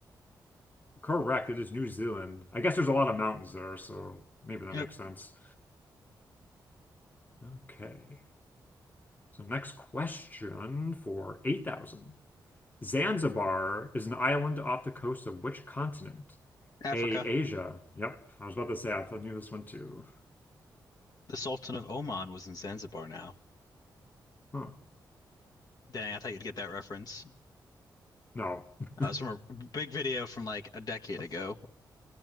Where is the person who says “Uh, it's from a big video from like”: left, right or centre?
Left